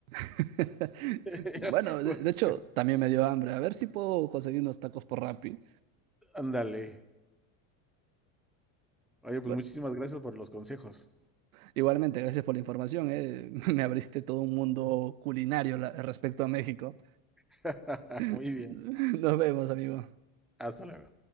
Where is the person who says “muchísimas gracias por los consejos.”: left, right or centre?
Centre